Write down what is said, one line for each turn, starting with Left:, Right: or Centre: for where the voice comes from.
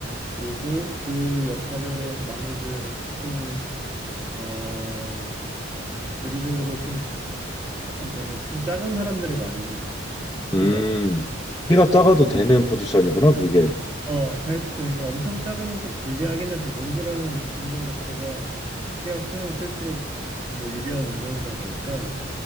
Right: 그리고 그 역할을 많이들 좀, 어, 대비적으로 좀, 사- 아, 뭐냐, 좀 작은 사람들이 많이 해. 키가.
Left: 음. 키가 작아도
Right: 어,
Left: 되는 포지션이구나, 그게.
Right: 어, 살, 그러니까 엄청 작으면 또 불리하긴 하지. 농구라는 운동 자체가 키가 크면 클수록 뭐 유리한 운동이다 보니까.